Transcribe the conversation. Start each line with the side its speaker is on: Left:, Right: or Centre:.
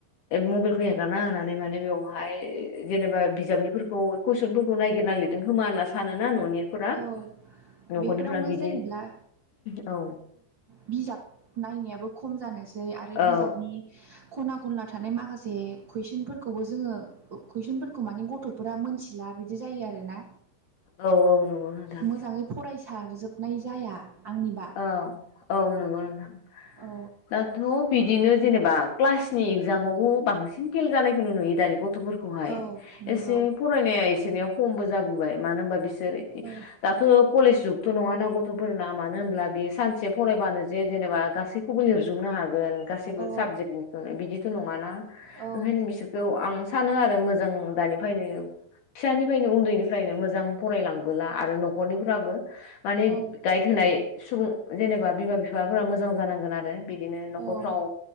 Left: मबाइलखौ हो रना होनानै माने बेवहाय जेनेबा बिजाबनिफोरखौ कुइसनफोरखौ नायगिरना लिरदों खोमा होनना सा सानोना न'निफोरा
Right: औ
Left: न'खरनिफोरा
Right: बेफोरावनो
Left: बिदि
Right: जेनेब्ला
Left: औ
Right: बिजाब नायनायाबो खम खम जानोसै आरो
Left: औ
Right: बिजाबनि खना खनला थानाय माखासे कुइसनफोरखौबो जोङो कुइसनफोरखौ माने गथ'फोरा मोनथिला बिदि जायो आर ना
Left: औ औ नंगौ नोंथां
Right: मोजाङै फरायसारजोबनाय जाया आंनिबा
Left: औ औ नंगौ नोंथां
Right: औ
Left: दाथ' बिदिनो जेनेबा क्लासनि इगजामावबो बांसिन फेल जानायखौ नो नुयो दानि गथ'फोरखौहाय
Right: औ नंगौ
Left: एसे फरायनाय रनिया खमबो जाबोबाय मानो होनबा बिसोर
Right: औ
Left: दाथ' कलेज जुगथ' नङा ना गथ'फोरना मानो होन हब्ला बे सानसे फरायबानो जे जेनेबा गासैखौबो लिरजोबनो हागोन गासैबो
Right: औ
Left: साबजेक्टनि बिदिथ' नङाना
Right: औ
Left: ओंखायनो बिसोरखौ आं सानो आरो मोजां दानिफ्रायनो फिसानिफ्रायनो उन्दैनिफ्रायनो मोजां फरायलांबोला आरो न'खरनिफ्राबो माने
Right: औ
Left: गाइद गाइड होनाय सुबुं जेनेबा बिमा बिफाफोरा मोजां जानांगोन आरो बिदिनो न'खरफ्राव
Right: औ